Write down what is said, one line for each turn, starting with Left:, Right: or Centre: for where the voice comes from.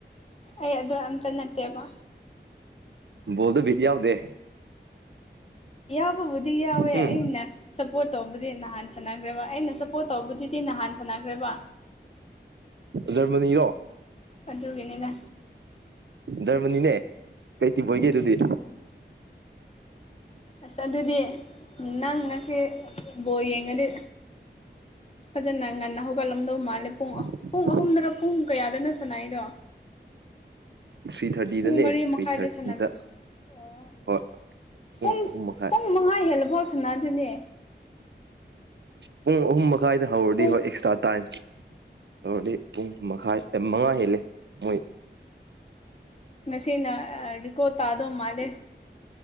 Left: ꯑꯩ ꯑꯗꯣ ꯑꯝꯇ ꯅꯠꯇꯦꯕ
Right: ꯣꯗ ꯤꯗꯤ ꯌꯥꯎꯗꯦ
Left: ꯌꯥꯎꯕꯕꯨꯗꯤ ꯌꯥꯎꯋꯦ
Right: ꯎꯝ
Left: ꯑꯩꯅ ꯁꯞꯄꯣꯔꯠ ꯇꯧꯕꯗꯤ ꯅꯍꯥꯟ ꯁꯥꯟꯅꯈ꯭ꯔꯦꯕ ꯑꯩꯅ ꯁꯞꯄꯣꯔꯠ ꯇꯧꯕꯗꯤ ꯁꯤ ꯅꯍꯥꯟ ꯁꯥꯟꯅꯈ꯭ꯔꯦꯕ
Right: ꯖꯔꯃꯅꯤꯔꯣ
Left: ꯑꯗꯨꯒꯤꯅꯤꯅ
Right: ꯖꯔꯃꯅꯤꯅꯦ ꯀꯩ ꯇꯤꯕꯣꯏꯒꯦ ꯑꯗꯨꯗꯤ
Left: ꯑꯁ ꯑꯗꯨꯗꯤ ꯅꯪ ꯉꯁꯤ ꯕꯣ ꯌꯦꯡꯉꯗꯤ ꯐꯖꯅ ꯉꯟꯅ ꯍꯧꯒꯠꯂꯝꯗꯧ ꯃꯥꯜꯂꯦ ꯄꯨꯡꯉꯑꯣ
Right: <inaudible>
Left: ꯑꯍꯨꯝꯗꯅ ꯄꯨꯡ ꯀꯌꯥꯗꯅꯣ ꯁꯥꯟꯅꯥꯏꯗꯣ
Right: ꯊ꯭ꯔꯤ ꯊꯥꯔꯇꯤꯗꯅꯦ
Left: ꯄꯨꯡ ꯃꯔꯤ
Right: ꯊ꯭ꯔꯤ
Left: ꯃꯈꯥꯏꯗ
Right: ꯊꯥꯔꯇꯤꯗ
Left: ꯁꯥꯟꯅꯕ꯭ꯔꯥ ꯑꯣ
Right: ꯍꯣꯏ
Left: ꯄꯨꯡ
Right: ꯑꯍꯨꯝ ꯃꯈꯥꯏ
Left: ꯄꯨꯡ ꯃꯉꯥ ꯍꯦꯜꯂꯐꯥꯎ ꯁꯅꯥꯗꯨꯅꯦ
Right: ꯄꯨꯡ ꯑꯍꯨꯝ ꯃꯈꯥꯏꯗ ꯍꯧꯔꯗꯤ
Left: ꯄꯨꯡ
Right: ꯍꯣꯏ ꯑꯦꯛꯁꯇ꯭ꯔꯥ ꯇꯥꯏꯝ ꯇꯧꯔꯗꯤ ꯄꯨꯡ ꯃꯈꯥꯏ ꯃꯉꯥ ꯍꯦꯜꯂꯦ ꯃꯣꯏ
Left: ꯉꯁꯤꯅ ꯔꯤꯀꯣꯠ ꯇꯥꯗꯧ ꯃꯥꯜꯂꯦ